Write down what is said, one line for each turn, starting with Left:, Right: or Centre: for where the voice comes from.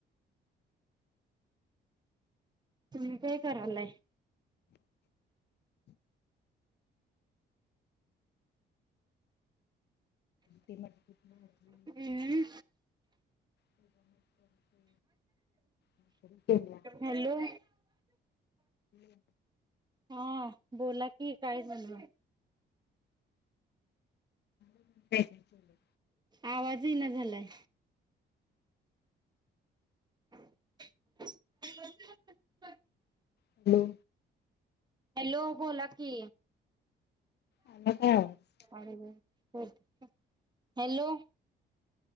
Right: तुम्ही काय करालाय?
Left: ते मटकीची भाजी.
Right: हम्म
Left: त्याच्यानंतर ते भाकरी केल्या.
Right: हॅलो हा बोला की, काय झालं?
Left: <unintelligible> काय काय केलंय?
Right: आवाज ईना झालाय. <unintelligible>
Left: हॅलो!
Right: हॅलो! बोला की.
Left: आला काय आवाज?
Right: हॅलो! बोलतेत का? हॅलो